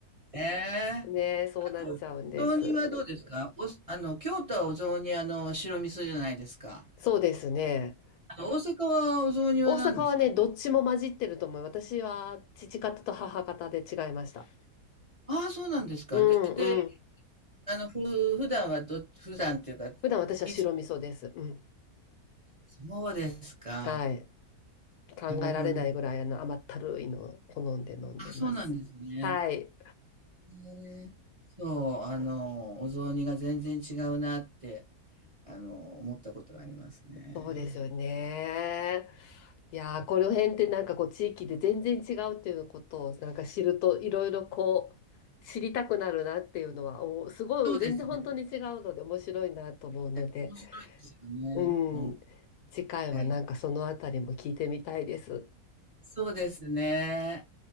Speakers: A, on the right; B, on the left.
A: ねえ。
B: <laughs> ね、そうなっちゃうんです。
A: お雑煮はどうですかお、あの、京都はお雑煮、あの、白味噌じゃないですか。
B: そうですね。
A: あの、大阪はお雑煮は何ですか
B: 大阪はね、どっちも混じってると思う。私は父方と母方で違いました。
A: ああ、そうなんですか。
B: うんうん。
A: で、で、あの、ふ、普段はど、普段っていうか、
B: 普段私は白味噌です。
A: いつ、
B: うん。
A: そうですか。
B: はい。考えられないぐらいあの甘ったるいのを好んで飲んでます。
A: なるほど。あ、そうなんですね。
B: はい。
A: ね、そう、あの、お雑煮が全然違うなって、あの、思ったことがありますね。
B: そうですよね。いやー、この辺ってなんかこう地域で全然違うっていうことをなんか知るといろいろこう知りたくなるなっていうのはおすごい全然本当に違うので面白いなと思うので、
A: そうですね。面白いですよね。
B: う
A: ほんえ
B: ん。次回はなんかそのあたりも聞いてみたいです。
A: えそうですね。